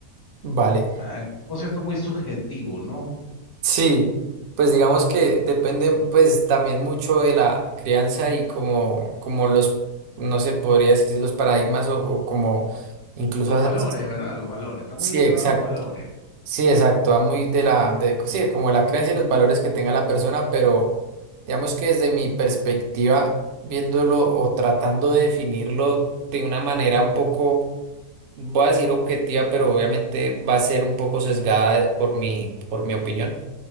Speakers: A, on the right; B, on the left.
A: vale.
B: Ah, un concepto muy subjetivo, ¿no?
A: Sí, pues digamos que depende pues también mucho de la crianza y como, como los, no sé, podría decir los paradigmas o, o como incluso,
B: Los
A: a-
B: valores, ¿verdad? Los valores, está
A: sí,
B: muy ligado
A: exacto,
B: a los valores.
A: sí, exacto, va muy de la, de, sí, como la creencia y los valores que tenga la persona, pero digamos que desde mi perspectiva, viéndolo o tratando de definirlo de una manera un poco, voy a decir objetiva, pero obviamente va a ser un poco sesgada por mi, por mi opinión